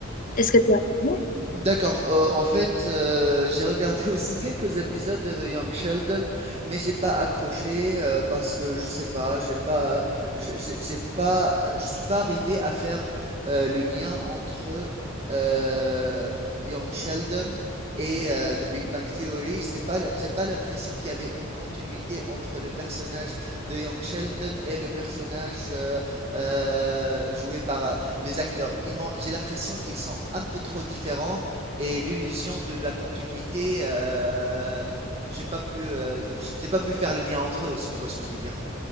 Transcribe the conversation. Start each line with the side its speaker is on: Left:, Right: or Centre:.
Left: Est-ce que tu as regardé?
Right: D'accord. Euh, en fait, euh, j'ai regardé <laughs> aussi quelques épisodes de The Young Sheldon, mais j'ai pas accroché euh, parce que je sais pas, j'ai pas, j'ai j'ai- j'ai pas, je suis pas arrivé à faire euh, le lien entre euh, Young Sheldon et euh, The Big Bang Theory. J'ai pas, l- j'ai pas l'impression qu'il y avait une continuité entre le personnage de Young Sheldon et le personnage euh, euh, joué par euh, les acteurs. Ils m'ont- j'ai l'impression qu'ils sont un peu trop différents et l'illusion de la continuité, euh, j'ai pas pu, euh, j'ai pas pu faire le lien entre eux, si tu vois ce que je veux dire.